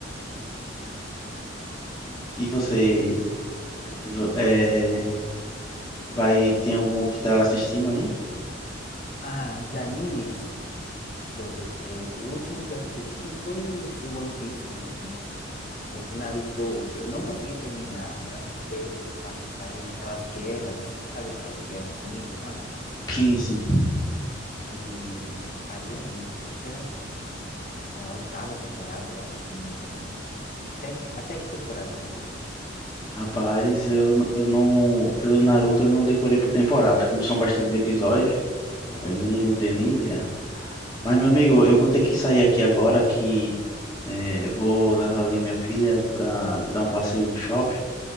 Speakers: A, on the left (about 20°); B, on the left (about 45°).
A: E você,
B: Beleza.
A: vo- é, vai, tem algum que tá assistindo aí?
B: Ah, de animes, deixa eu ver. O último que eu assisti foi esse One Piece mesmo. O Naruto, eu não consegui terminar. Eu acho que eu pe- passe- parei naquelas guerras, sabe aquelas guerras ninjas lá?
A: Sim, sim.
B: E acho que eu parei ali. Acho que era É a oitava temporada, eu acho, se eu não me engano, né? Até, até que temporada que vai?
A: Rapaz, eu, eu não. Pelo Naruto eu não decorei por temporadas, como são bastantes episódios,
B: Ah,
A: eu nem não tenho nem ideia. Mas, meu amigo, eu vou ter que sair aqui agora que eh, eu vou levar ali minha filha pra dar um passeio no shopping.